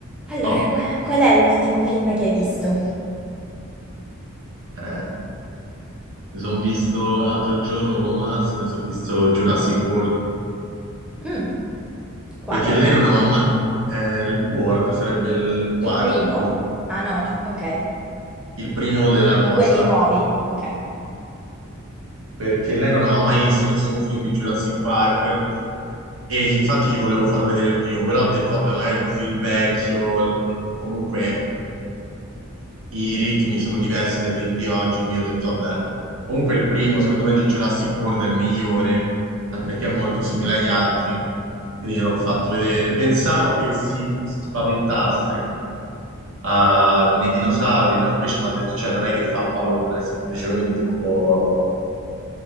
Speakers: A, in the centre; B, on the right (about 70°).
A: Allora,
B: Top.
A: qua qual è l'ultimo film che hai visto?
B: Eh, mi sono visto l'altro giorno con Maso, mi sono visto Jurassic World,
A: Mh. Quale?
B: perché lei non aveva mai... eh, il World sarebbe il quarto,
A: Il primo? Ah no, il okay.
B: il primo della
A: Di
B: nuova
A: quelli
B: saga,
A: nuovi, okay.
B: perché lei non aveva mai visto nessun film di Jurassic Park e infatti gli volevo far vedere il primo, però ho detto, vabbè, magari è un film vecchio, l- comunque i ritmi sono diversi dai film di oggi, quindi ho detto, vabbè, comunque il primo, secondo me, di Jurassic World è il migliore, anche perché è molto simile agli altri, quindi l'ho fatto vedere. Pensavo che si spaventasse ah, con i dinosauri, no? Invece mi ha detto, cioè, non è che fa paura, è semplicemente un po',